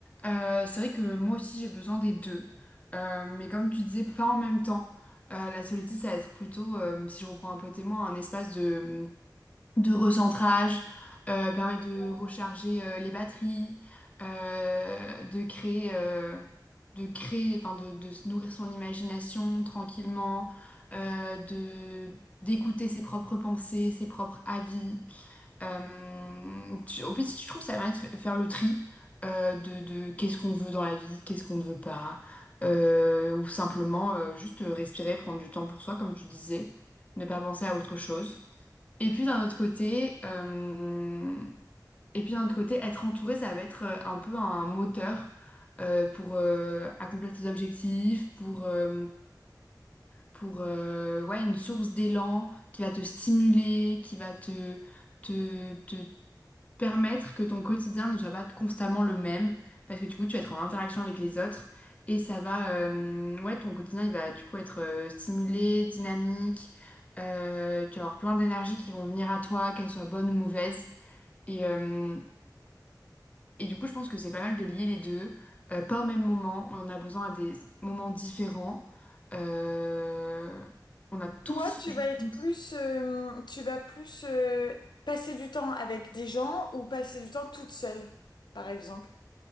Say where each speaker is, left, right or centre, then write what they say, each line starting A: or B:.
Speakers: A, on the left (about 20°); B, on the left (about 85°).
A: Euh, c'est vrai que moi aussi j'ai besoin des deux. Euh, mais comme tu disais, pas en même temps. Euh, la solitude, ça va être plutôt, euh, si je reprends un peu témoin, un espace de de recentrage, euh, permet de recharger euh, les batteries, euh, de créer, euh, de créer, enfin de, de se nourrir son imagination tranquillement, euh, de d'écouter ses propres pensées, ses propres avis. Euh, tu- en plus, je trouve que ça permet de fa- faire le tri euh, de, de qu'est-ce qu'on veut dans la vie, qu'est-ce qu'on ne veut pas, euh, ou simplement euh, juste respirer, prendre du temps pour soi, comme tu disais, ne pas penser à autre chose. Et puis d'un autre côté, euh, et puis d'un autre côté, être entouré, ça va être euh, un peu un moteur euh, pour euh, accomplir tes objectifs, pour, euh, pour euh, ouais, une source d'élan qui va te stimuler, qui va te, te, permettre que ton quotidien ne soit pas constamment le même, parce que du coup, tu vas être en interaction avec les autres et ça va, euh, ouais, ton quotidien, il va du coup être euh, stimulé, dynamique, euh, tu vas avoir plein d'énergie qui vont venir à toi, qu'elles soient bonnes ou mauvaises. Et, euh, et du coup, je pense que c'est pas mal de lier les deux, euh, pas au même moment, on en a besoin à des moments différents. Euh, on a tous,
B: Toi, tu
A: je
B: vas être
A: pense,
B: plus, euh, tu vas plus euh, passer du temps avec des gens ou passer du temps toute seule, par exemple.